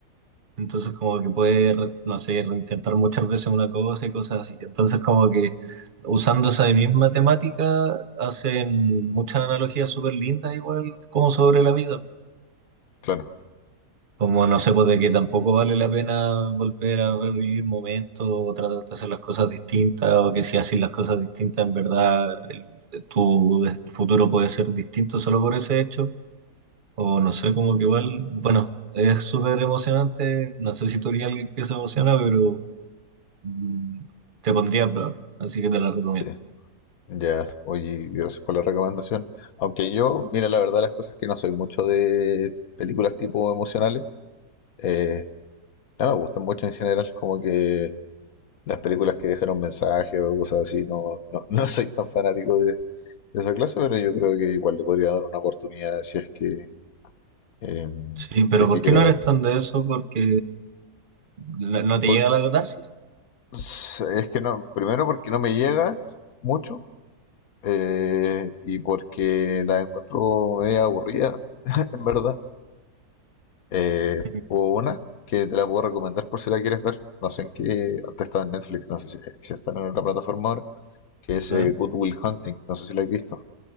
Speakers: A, on the right; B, on the left.
A: Entonces como que puede, re- no sé, intentar muchas veces una cosa y cosas así. Entonces como que usando esa misma temática hacen muchas analogías súper lindas igual como sobre la vida.
B: claro,
A: Como no sé, pues de que tampoco vale la pena volver a revivir momentos o tratar de hacer las cosas distintas o que si haces las cosas distintas en verdad el- tu futuro puede ser distinto solo por ese hecho. O no sé, como que igual, bueno, es súper emocionante. No sé si tú eres alguien que se emociona, pero... mm, te pondría a prueba, así que te la recomiendo.
B: sí. Ya, oye, gracias por la recomendación. Aunque yo, mira, la verdad, las cosas que no soy mucho de películas tipo emocionales, eh, no me gustan mucho en general, como que las películas que dejan un mensaje o cosas así, no, no, <laughs> no soy tan fanático de, de esa clase, pero yo creo que igual le podría dar una oportunidad si es que, eh,
A: Sí, pero
B: si es
A: ¿por
B: que
A: qué
B: quiero
A: no eres
B: verlo.
A: tan de eso? Porque la- no te
B: Por,
A: llega la catarsis.
B: es que no, primero porque no me llega mucho eh, y porque la encuentro media aburrida, <laughs> en verdad. Eh,
A: Ujú.
B: hubo una que te la puedo recomendar por si la quieres ver. No sé en qué. Antes estaba en Netflix, no sé si, si está en otra plataforma ahora. Que es
A: A
B: eh,
A: ver,
B: Good Will Hunting. No sé si la has visto.